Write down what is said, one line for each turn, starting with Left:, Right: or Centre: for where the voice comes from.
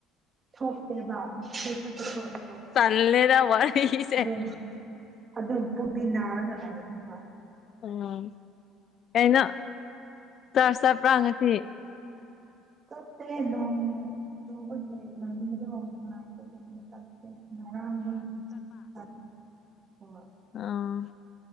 Right: ꯊꯣꯛꯣꯛꯇꯦꯕ ꯐꯁꯨ ꯊꯣꯛꯣꯛꯂꯦꯕ
Left: ꯇꯜꯂꯦꯗ ꯋꯥꯔꯁꯦ
Right: ꯑꯗꯨ ꯑꯗꯨꯝ ꯄꯨꯕꯨꯗꯤꯅꯔꯅ ꯂꯅꯤꯡꯕ
Left: ꯎꯝ ꯀꯩꯅꯣ ꯆ꯭ꯔꯁ ꯆꯠꯄ꯭ꯔꯥ ꯉꯁꯤ
Right: ꯆꯠꯇꯦ ꯅꯣꯡ ꯆꯨꯕꯒꯤ ꯂꯝꯕꯤꯗꯣ ꯅꯨꯡꯉꯥꯏꯇꯦ <unintelligible> ꯆꯠꯇꯦ ꯉꯔꯥꯡꯗꯤ <unintelligible> ꯍꯣꯏ
Left: ꯑꯥ